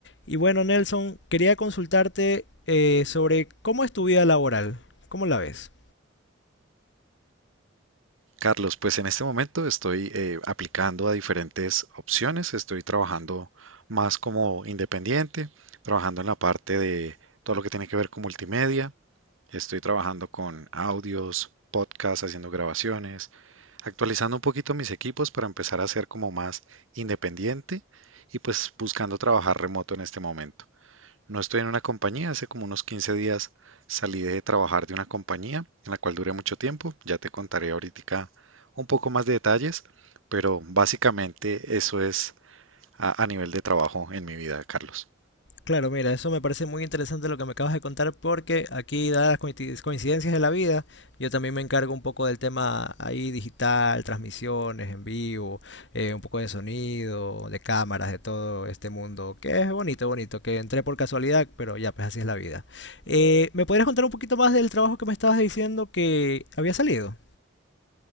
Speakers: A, on the left; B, on the right.
A: Y bueno, Nelson, quería consultarte eh, sobre cómo es tu vida laboral, ¿cómo la ves?
B: Carlos, pues en este momento estoy eh, aplicando a diferentes opciones, estoy trabajando más como independiente, trabajando en la parte de todo lo que tiene que ver con multimedia, estoy trabajando con audios, podcasts, haciendo grabaciones, actualizando un poquito mis equipos para empezar a ser como más independiente y pues buscando trabajar remoto en este momento. No estoy en una compañía, hace como unos 15 días salí de trabajar de una compañía en la cual duré mucho tiempo, ya te contaré ahorita un poco más de detalles, pero básicamente eso es a, a nivel de trabajo en mi vida, Carlos.
A: Claro, mira, eso me parece muy interesante lo que me acabas de contar porque aquí, dadas las coinci- coincidencias de la vida, yo también me encargo un poco del tema ahí digital, transmisiones en vivo, eh, un poco de sonido, de cámaras, de todo este mundo, que es bonito, bonito, que entré por casualidad, pero ya, pues así es la vida. Eh, ¿me podrías contar un poquito más del trabajo que me estabas diciendo que había salido?